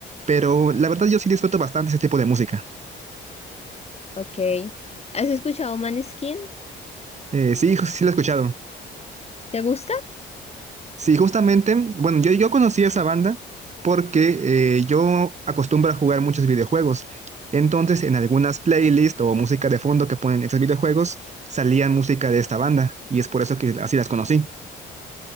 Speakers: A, on the right; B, on the left.
A: pero la verdad yo sí disfruto bastante ese tipo de música.
B: Ok. ¿Has escuchado Maneskin?
A: Eh, sí, ju- sí lo he escuchado.
B: ¿Te gusta?
A: Sí, justamente, bueno, yo, yo conocí esa banda porque eh, yo acostumbro a jugar muchos videojuegos. Entonces, en algunas playlists o música de fondo que ponen estos videojuegos, salían música de esta banda y es por eso que así las conocí.